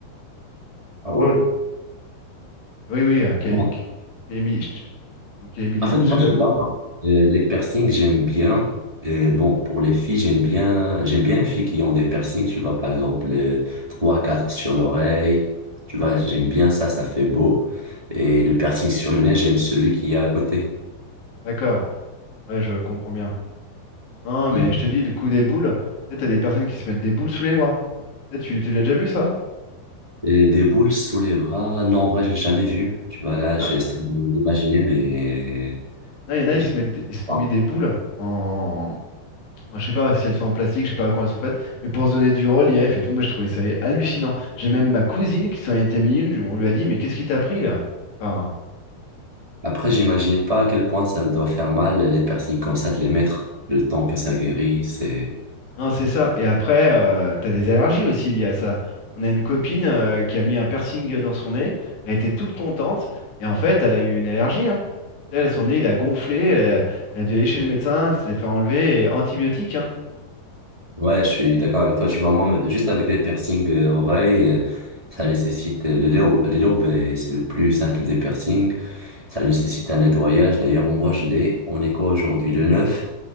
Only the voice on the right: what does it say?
Ah ouais?
Ouais.
En fait,
moi,
souvent,
euh, les piercings, j'aime bien. Euh, bon, pour les filles, j'aime bien, j'aime bien les filles qui ont des piercings, tu vois, par exemple, euh, 3, 4 sur l'oreille. Tu vois, j'aime bien ça, ça fait beau. Et le piercing sur le nez, j'aime celui qui est à côté.
Mm.
Et des boules sous les bras, non, en vrai, j'ai jamais vu. Tu vois, là,
j'essaie de- d'imaginer, mais
je
sais
pas.
Après, j'imagine pas à quel point ça doit faire mal, les piercings comme ça, de les mettre. Le temps que ça guérit, c'est...
Ouais, je suis d'accord avec toi. Tu vois, moi, juste avec les piercings euh, oreilles, euh, ça nécessite euh, les lobes, les lobes, euh, c'est le plus simple des piercings. Ça nécessite un nettoyage. D'ailleurs, moi, je l'ai. On est quoi aujourd'hui? Le 9.